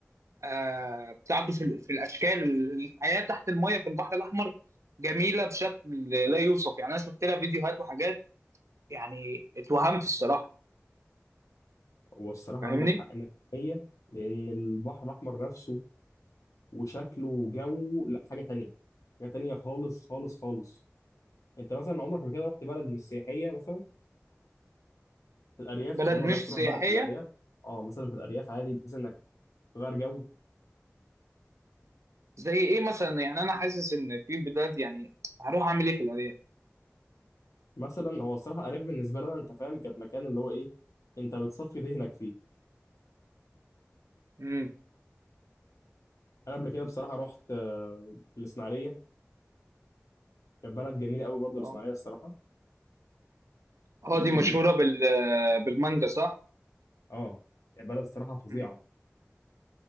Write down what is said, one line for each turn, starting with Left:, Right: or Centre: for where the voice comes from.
Right: آه، بتاعته في, ال- في الاشكال الحياه تحت الميه في البحر الاحمر جميله بشكل لا يوصف يعني انا شفت لها فيديوهات وحاجات يعني اتوهمت الصراحه
Left: والصراحه
Right: فاهمني
Left: عندك حق 100% لان البحر الاحمر نفسه وشكله وجوه لا حاجه تانية حاجه تانية خالص خالص خالص انت مثلا عمرك ما كده رحت بلد مش سياحيه مثلا في الارياف
Right: بلد
Left: عمرك
Right: مش
Left: جربت تروح
Right: سياحيه
Left: بلد في الارياف اه مثلا في الارياف عادي بحيث انك تغير جو
Right: زي ايه مثلا يعني انا حاسس ان في بلاد يعني هروح اعمل ايه في الارياف
Left: مثلا هو الصراحه الارياف بالنسبه لنا انت فاهم كانت مكان اللي هو ايه انت بتصفي ذهنك فيه
Right: امم
Left: انا قبل كده بصراحه رحت آه، الاسماعيليه كانت بلد جميله قوي برضو
Right: اه
Left: الاسماعيليه الصراحه
Right: آه،
Left: <clears throat>
Right: دي مشهوره بال بالمانجا صح
Left: اه يعني بلد الصراحه فظيعه
Right: امم